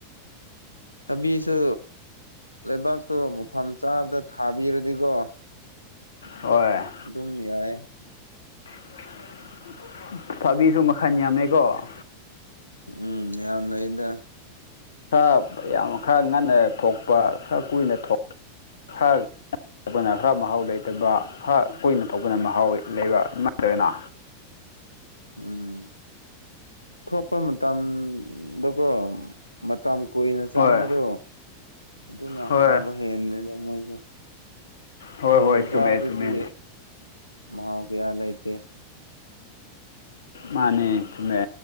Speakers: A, on the left; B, on the left.
A: ꯊꯥꯕꯤꯁꯨ ꯂꯩꯕꯥꯛꯇꯣ ꯃꯐꯝ ꯆꯥꯕꯗ ꯊꯥꯕꯤꯔꯗꯤꯀꯣ
B: ꯍꯣꯏ
A: ꯗꯨꯝ ꯌꯥꯏ
B: <unintelligible> ꯊꯕꯤꯁꯨ ꯃꯈꯟ ꯌꯥꯝꯃꯦꯀꯣ <unintelligible>
A: ꯎꯝ ꯌꯥꯝ ꯂꯩꯗ
B: ꯈꯔ ꯌꯥꯝ ꯈꯔ ꯉꯟꯅ ꯊꯣꯛꯄ ꯈꯔ ꯀꯨꯏꯅ ꯊꯣꯛꯄ ꯊꯣꯛꯄꯅ ꯈꯔ ꯃꯍꯥꯎ ꯂꯩꯇꯕ ꯈꯔ ꯀꯨꯏꯅ ꯊꯣꯛꯄꯅ ꯃꯍꯥꯎ ꯂꯩꯕ ꯑꯗꯨꯃꯥꯏ ꯇꯧꯑꯦꯅ
A: ꯎꯝ ꯊꯣꯛꯄ ꯃꯇꯝꯗꯀꯣ ꯃꯇꯝ ꯀꯨꯏꯅ ꯆꯪꯕꯗꯣ
B: ꯍꯣꯏ
A: ꯑꯗꯨꯅ
B: ꯍꯣꯏ
A: ꯍꯥꯎꯕ ꯍꯦꯟꯕꯅꯤꯗ ꯃꯣꯏꯁꯨ
B: ꯍꯣꯏ
A: ꯊꯨꯅ
B: ꯍꯣꯏ
A: ꯆꯥꯕꯗꯨꯗꯤ
B: ꯆꯨꯝꯃꯦ ꯆꯨꯝꯃꯦ
A: ꯃꯍꯥꯎ ꯀꯌꯥ ꯂꯩꯇꯦ
B: ꯃꯥꯅꯦ ꯆꯨꯃꯦ